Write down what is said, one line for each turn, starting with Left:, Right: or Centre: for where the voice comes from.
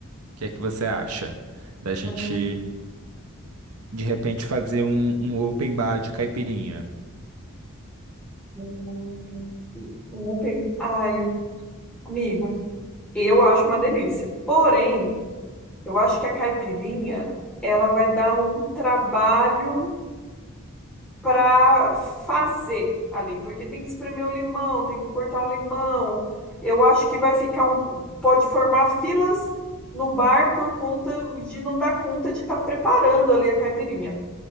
Right: O que é que você acha? Da gente,
Centre: Hum,
Right: de repente, fazer um, um open bar de caipirinha.
Centre: hum, Um open... Ai, amigo, eu acho uma delícia. Porém, eu acho que a caipirinha, ela vai dar um trabalho para fazer ali, porque tem que espremer o limão, tem que cortar o limão. Eu acho que vai ficar um, pode formar filas no bar por conta de não dar conta de estar preparando ali a caipirinha.